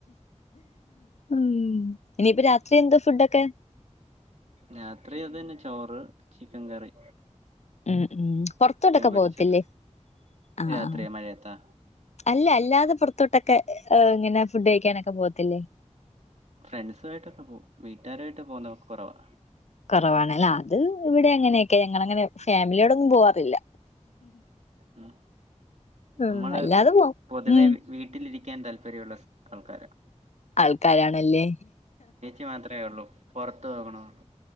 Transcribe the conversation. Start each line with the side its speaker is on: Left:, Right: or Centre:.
Left: ഉം ഇനിയിപ്പം രാത്രി എന്താ ഫുഡൊക്കെ
Right: രാത്രി അതന്നെ ചോറ് ചിക്കൻകറി
Left: ഉം ഉം പൊറത്തോട്ടൊക്കെ
Right: പൊരിച്ചത്
Left: പോവത്തില്ലേ ആഹ്
Right: രാത്രിയ
Left: ആഹ്
Right: മഴയത്താ
Left: അല്ല അല്ലാതെ പൊറത്തോട്ടൊക്കെ ഏഹ് ഇങ്ങനെ ഫുഡ് കഴിക്കാനൊക്കെ പോകത്തില്ലേ
Right: ഫ്രണ്ട്സായിട്ടൊക്കെ പോവും വീട്ടുകാരായിട്ട് പോകുന്ന കൊറവാ
Left: കൊറവാണല്ല ആഹ് അത് ഇവിടെ ങ്ങനെയൊക്കെ ഞങ്ങളങ്ങനെ ഫാമിലിയോടൊന്നും പോവാറില്ല
Right: ഉം
Left: ഉം
Right: നമ്മള്
Left: അല്ലാതെ പോവും
Right: പൊതുവെ
Left: ഉം
Right: വീ വീട്ടിലിരി ക്കാൻ താല്പര്യമുള്ള ആൾക്കാരാ
Left: ആൾക്കാരാണല്ലേ
Right: ന് മാത്രെ ഉള്ളൂ പൊറത്ത്പോകണം